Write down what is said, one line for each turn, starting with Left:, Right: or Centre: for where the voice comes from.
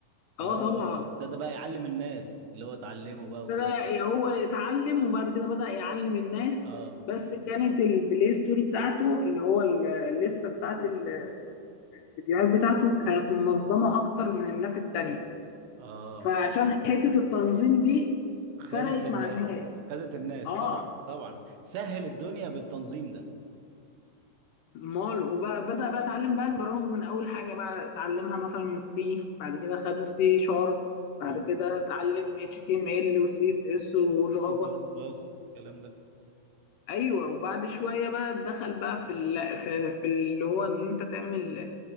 Left: اه
Right: اه
Left: طبعا
Right: ابتدى بقى يعلم الناس اللي هو اتعلمه بقى وكده
Left: بدأ ي- هو يتعلم وبعد كده بدأ يعلم الناس
Right: اه
Left: بس كانت البلاي ستوري بتاعته اللي هو ال- الليستة بتاعت الفيديوهات بتاعته كانت منظمة أكتر من الناس التانية
Right: اه
Left: فعشان حتة التنظيم دي
Right: خدت
Left: فرقت
Right: للناس
Left: مع الناس
Right: خدت الناس
Left: اه
Right: طبعا طبعا سهل الدنيا بالتنظيم ده
Left: مال وبدأ بقى اتعلم بقى البرامج من اول حاجة بقى اتعلمها مثلا من السي بعد كده خد السي شارب بعد
Right: امم
Left: كده اتعلم اتش تي ام ال وسي اس اس وجافا
Right: سي بلس بلس الكلام ده
Left: ايوه وبعد شويه بقى دخل بقى في ال... في, في اللي هو ان انت تعمل